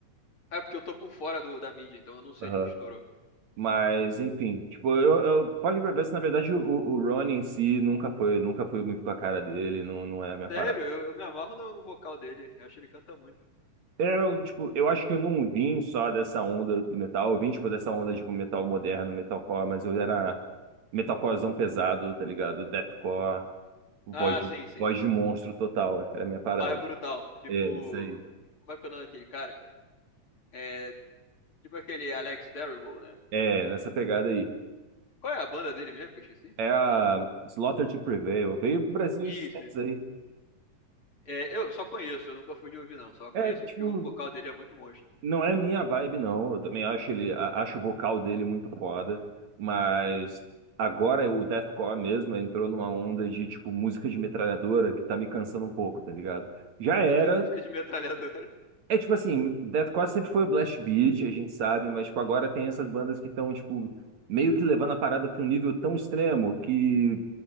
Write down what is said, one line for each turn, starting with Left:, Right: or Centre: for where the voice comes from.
Left: É porque eu tô por fora do, da mídia, então eu não sei
Right: Aham.
Left: de que estourou.
Right: Mas, enfim, tipo, eu, eu, Fallen Reverse, na verdade, o, o Ronnie em si nunca foi, nunca foi muito com a cara dele, não, não é a minha parada.
Left: Sério, eu, eu me amarro no, no vocal dele. Eu acho que ele canta muito.
Right: Eu, tipo, eu acho que eu não vim só dessa onda do metal, eu vim, tipo, dessa onda, tipo, metal moderno, metalcore, mas eu era metalcorezão pesado, tá ligado? Deathcore, voz
Left: Ah,
Right: de,
Left: sim, sim.
Right: voz de monstro total, era a minha parada.
Left: mais brutal. Tipo,
Right: É, isso aí.
Left: como é que é o nome daquele cara? É, tipo aquele Alex Terrible, né?
Right: É, nessa pegada aí.
Left: Qual é a banda dele mesmo que eu esqueci?
Right: É a Slaughter to Prevail, veio pro Brasil esses
Left: Isso,
Right: tempos
Left: isso.
Right: aí.
Left: É, eu só conheço, eu nunca fui de ouvir, não. Só conheço
Right: É, tipo,
Left: porque o vocal dele é muito monstro.
Right: Não é minha vibe, não. Eu também acho ele, a- acho o vocal dele muito foda, mas agora o deathcore mesmo entrou numa onda de tipo música de metralhadora que tá me cansando um pouco, tá ligado? Já era.
Left: E que música de metralhadora?
Right: É tipo assim, deathcore sempre foi o blast beat, a gente sabe, mas tipo agora tem essas bandas que estão tipo meio que levando a parada pra um nível tão extremo que